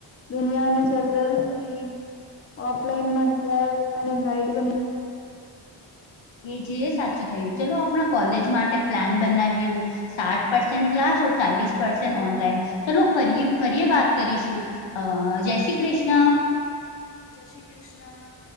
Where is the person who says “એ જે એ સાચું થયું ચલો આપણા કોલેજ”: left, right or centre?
Left